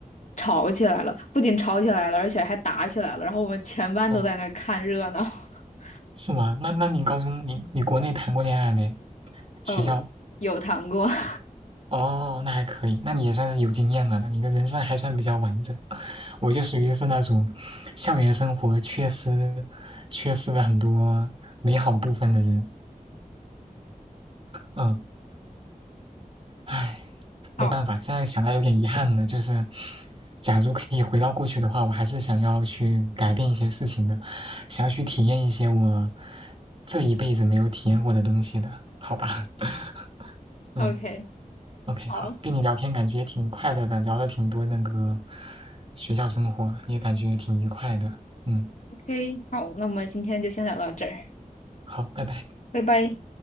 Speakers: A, on the left; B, on the right.
A: 吵起来了，不仅吵起来了，而且还打起来了。然后我们全班都在那儿看热闹。
B: 哦，
A: <laughs>
B: 是吗？那那你高中你你国内谈过恋爱没？
A: 呃，
B: 学校？
A: 有谈过。<laughs>
B: 哦，那还可以，那你也算是有经验了那你的人生还算比较完整。<laughs> 我就属于是那种校园生活缺失、缺失了很多美好部分的人。嗯，唉，没办法，
A: 好
B: 现在想来有点遗憾了。就是，假如可以回到过去的话，我还是想要去改变一些事情的，想要去体验一些我这一辈子没有体验过的东西的，好吧？<laughs> 嗯。
A: ，OK，
B: OK，
A: 好
B: 好，跟你聊天感觉也挺快乐的，聊了挺多那个学校生活，也感觉挺愉快的。嗯，
A: ，OK，好，那我们今天就先聊到这儿，
B: 好，拜拜。
A: 拜拜。